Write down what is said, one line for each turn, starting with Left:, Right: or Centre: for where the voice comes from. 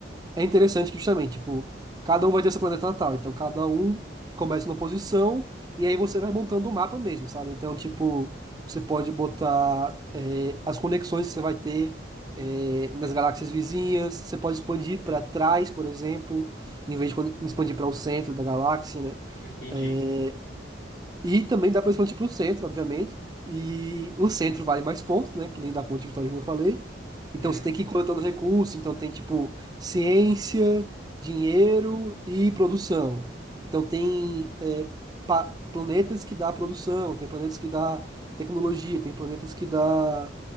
Right: é interessante que justamente, tipo, cada um vai ter seu planeta natal, então cada um começa numa posição e aí você vai montando o mapa mesmo, sabe? Então, tipo, você pode botar é, as conexões que você vai ter é, nas galáxias vizinhas, você pode expandir
Left: É,
Right: para trás, por exemplo, em vez de quando- expandir para o centro da galáxia, né?
Left: entendi.
Right: É, e também dá pra expandir para o centro, obviamente. E o centro vale mais pontos, né? Que nem da ponte de vitória que eu falei. Então
Left: Hum,
Right: você tem que ir coletando recursos. Então tem tipo ciência, dinheiro e produção. Então tem é, pa- planetas que dá produção, tem planetas que dá tecnologia, tem planetas que dá